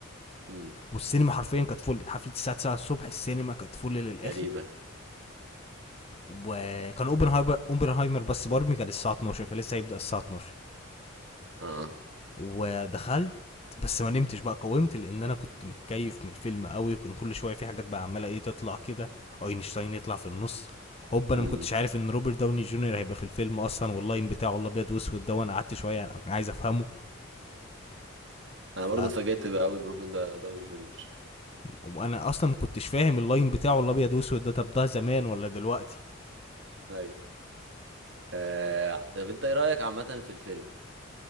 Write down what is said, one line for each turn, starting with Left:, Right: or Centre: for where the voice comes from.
Right: امم
Left: والسينما حرفيا كانت فل حفله الساعه 9 الصبح السينما كانت فل للاخر
Right: غريبة
Left: وكان اوبنهايمر اوبنهايمر بس باربي كان الساعه 12 كان لسه هيبدا الساعه 12
Right: اه
Left: ودخلت بس ما نمتش بقى قاومت لان انا كنت متكيف من الفيلم قوي وكان كل شويه في حاجات بقى عماله ايه تطلع كده اينشتاين يطلع في النص هوب انا
Right: امم
Left: ما كنتش عارف ان روبرت داوني جونيور هيبقى في الفيلم اصلا واللاين بتاعه الابيض واسود ده وانا قعدت شويه يعني انا عايز افهمه
Right: انا
Left: ف...
Right: برضو اتفاجئت بقى قوي بروبن دا- داوني جونيور
Left: وانا اصلا ما كنتش فاهم اللاين بتاعه الابيض واسود ده طب ده زمان ولا دلوقتي
Right: ايوه آه... طب انت ايه رأيك عامة في الفيلم